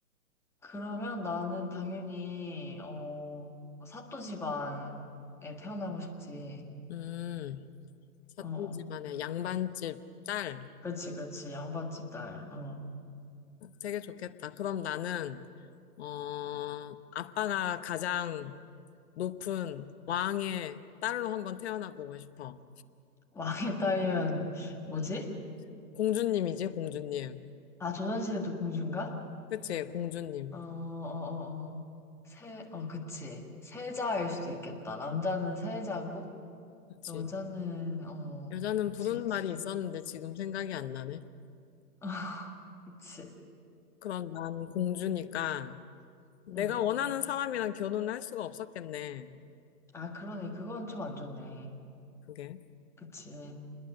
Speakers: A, in the centre; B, on the left.
A: 그러면 나는 당연히, 어, 사또 집안에 태어나고 싶지.
B: 음, 사또
A: 어, 어.
B: 집안의 양반집 딸.
A: 그렇지, 그렇지. 양반집 딸. 어.
B: 되게 좋겠다. 그럼 나는 어, 아빠가 가장 높은 왕의 딸로 한번 태어나 보고 싶어.
A: 왕의 딸이면, 뭐지?
B: 음, 공주님이지, 공주님.
A: 아, 조선시대도 공주인가?
B: 그치, 공주님.
A: 어, 어, 어, 어. 세, 어, 그치. 세자일 수도 있겠다. 남자는 세자고,
B: 그치.
A: 여자는, 어,
B: 여자는 부르는
A: 그치, 그치.
B: 말이 있었는데 지금 생각이 안 나네.
A: <laughs> 그치.
B: 그럼 난 공주니까 내가
A: 응.
B: 원하는 사람이랑 결혼을 할 수가 없었겠네.
A: 아, 그러네. 그건 좀 안 좋네.
B: 그게.
A: 그치.